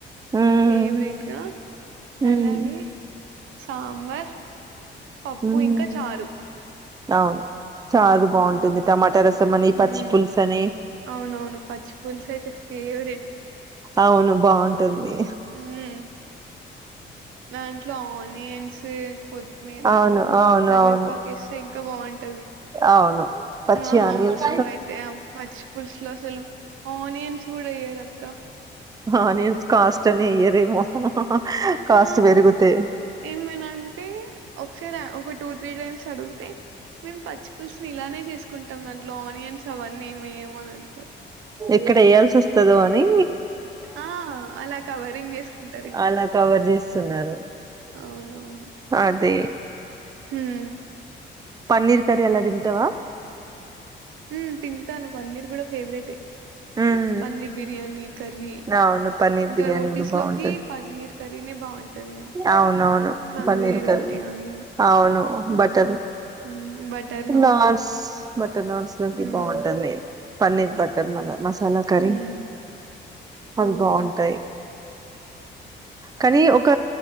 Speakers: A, on the right (about 20°); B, on the right (about 85°).
A: హ్మ్
B: ఫేవరెట్గా
A: హ్మ్
B: అలాగే సాంబార్ పప్పు
A: హ్మ్
B: ఇంకా చారు
A: అవును చారు బావుంటుంది
B: హ్మ్.
A: టమాటా రసం అని, ఇ
B: హ్మ్.
A: పచ్చి పులుసు అని
B: అవునవును పచ్చి పూలుసయితే ఫేవరెట్
A: అవును బావుంటుంది
B: హ్మ్. దాంట్లో ఆనియన్స్ కొత్మీర
A: అవును అవును
B: కరివేపాకేస్తే
A: అవును
B: ఇంకా బావుంటది
A: అవును పచ్చి
B: మా హాస్టల్
A: ఆనియన్స్
B: లో అయితే ఆ పచ్చి పుల్స్ లో అసలు ఆనియన్స్ గూడ ఏయరక్క
A: ఆనియన్స్ కాస్ట్ అని ఎయ్యరేమో కాస్ట్
B: ఆ
A: పెరుగుతాయి
B: ఏమైనంటే ఒకసారా ఒక టూ, త్రీ టైమ్స్ అడుగుతే మేము పచ్చి పులుస్ని ఇలానే జేసుకుంటాం దాంట్లో ఆనియన్ యన్స్ అవన్నేం వేయము అన్ అంటరు.
A: క్కడ ఎయాల్సోస్తదో అని
B: ఆ అలా కవరింగ్ చేసుకుంటారు ఇంకా
A: అలా కవర్ జేస్తున్నరు
B: అవునవును
A: అదే
B: హ్మ్
A: పన్నీర్ కరీ అలా తింటవా?
B: ఉమ్ తింటాను, పన్నీర్ గూడ ఫేవరెటే
A: ఉమ్
B: పన్నీర్ బిర్యానీ, కర్రీ
A: అవును పన్నీర్
B: ఇంకా
A: బిర్యానీ
B: రోటీస్
A: కూడా బాగుంటది
B: లోకి పన్నీర్ కర్రీనే బావుంటద్
A: అవునవును
B: తందూరి
A: పన్నీర్ కర్రీ
B: రోటీ అని
A: అవును బటర్
B: హ్మ్ బటర్ నాన్
A: నాన్స్ బటర్ నాన్స్ లోకి
B: హ్మ్
A: బాగుంటుంది పన్నర్ బట్టర్ <unintelligible> మసాల కరి
B: హ్మ్
A: అవి
B: అవును
A: బాగుంటాయి కానీ ఒక